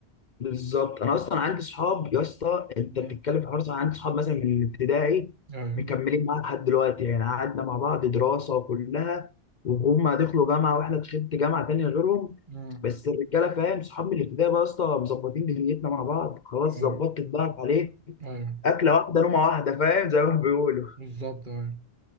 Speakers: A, on the left (about 50°); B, on the right (about 50°).
A: بالظبط انا اصلا عندي صحاب يا اسطى انت
B: مم.
A: بتتكلم في حوار صح، عندي صحاب مثلا من الابتدائي
B: ايوه
A: مكملين معايا لحد دلوقتي يعني قعدنا مع بعض دراسه وكلها وهم دخلوا جامعه واحنا دخلت جامعه تانيه غيرهم
B: مم.
A: بس الرجاله فاهم صحاب من الابتدائي بقى يا اسطى مظبطين دنيتنا مع بعض خلاص
B: ايوه
A: ظبطت بقى عليه
B: ايوه
A: اكله واحده نومه واحده فاهم زي ما بيقولوا
B: بالظبط اه